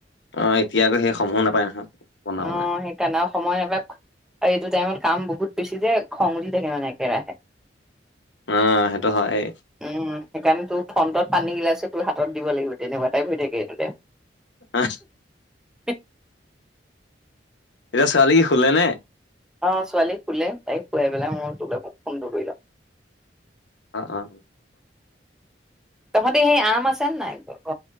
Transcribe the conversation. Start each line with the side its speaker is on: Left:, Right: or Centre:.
Left: অ' এতিয়া আকৌ সেই সময়ো নাপায় নহয়। বনাবলে
Centre: অ' হেইকাৰণে অশ সময় নাপায় আৰু এইটো টাইমত কাম বহুত বেছি যে খং উঠ থাকে মানে একেৰাহে।
Left: অহ' হেইটো হয়।
Centre: উম সেইকাৰণে তোৰ ফ্ৰণ্টত পানীগিলাছে তোৰ হাতত দিব লাগিব তেনেকুৱা টাই শুই থাকে এইটোতেই।
Left: আহহ
Centre: এক
Left: এতিয়া ছোৱালী কি শুলে নে?
Centre: অ' ছোৱালীক শুলে তাইক শুৱাই পেলাই মই তোলে ফোনটো কৰিলো।
Left: অঁ অঁ।
Centre: তোহঁতে সেই আম আছেনে নাই ঘৰত